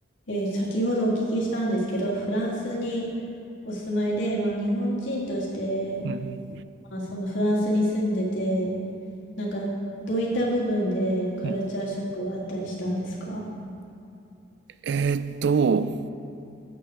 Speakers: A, on the left; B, on the right.
A: えー先ほどお聞きしたんですけど、フランスにお住まいで、まあ、日本人として、
B: うん、
A: まあ、そのフランスに住んでて、なんかどういった部分でカルチャーショックがあったりしたんですか
B: うん。えーっと、